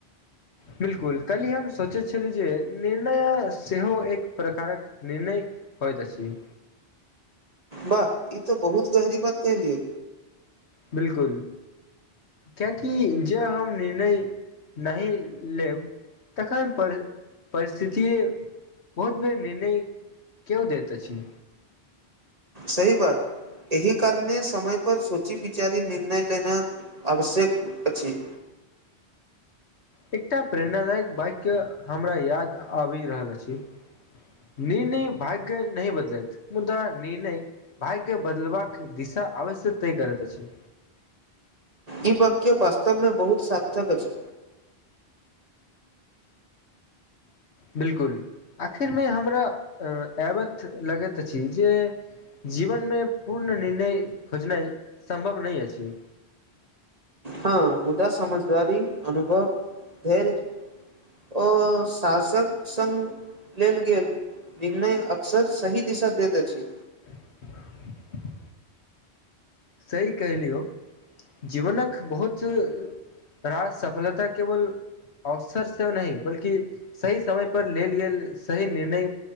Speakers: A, on the left (about 90°); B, on the right (about 35°).
A: बिलकुल कल्हि हम सोचैत छलहुँ जे निर्णय सेहो एक प्रकारक निर्णय होयत अछि।
B: बाह ई तऽ बहुत गहरी बात कैहलियै।
A: बिलकुल। कियाकि जे हम निर्णय नहि लेब तखन पर -परिस्थिति बहुत बेर निर्णय केयो दैत अछि।
B: सही बात। एहि कारणे समय पर सोची विचारी निर्णय लेनाक आवश्यक अछि।
A: एकटा प्रेरणादायक बाइक्य हमरा याद आबि रहल अछि। निर्णय भाग्य नहि बदलत मुदा निर्णय भाग्य बदलबाक दिशा अवश्य तय करत अछि।
B: इ बाक्य वास्तव मे बहुत सार्थक अछी।
A: बिलकुल आखिर मे हमरा अ- एबथ लगत अछि जे जीवनमे पूर्ण निर्णय खोजनाइ सम्भव नहि अछि।
B: हँ मुदा समझदारी अनुभव धैर्य ओ शासक संग लेल गेल निर्णय अक्सर सही दिशा दैत अछि।
A: स सही कहिलियौ जीवनक बहुत रास सफलता केवल अवसर सेहो नहि बल्कि सही समय पर लेल गेल सही निर्णय